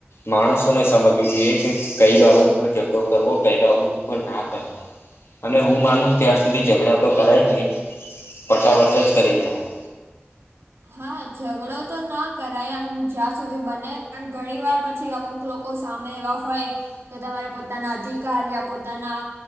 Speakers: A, on the left; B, on the right.
A: માણસોને સમજવું જોઈએ કે કઈ બાબત ઉપર ઝઘડો કરવો કઈ બાબત ઉપર ના કરવો. અને હું માનું ત્યાાર સુધી ઝઘડા તો કરાય નહીં ફટાવટ જ કરી લેવાનું.
B: હા ઝઘડો તો ના કરાય એમ જ્યાં સુધી બને પણ ઘણી વાર પછી અમુક! લોકો સામે એવા હોય તો તમારે પોતાના અધિકારી પોતાના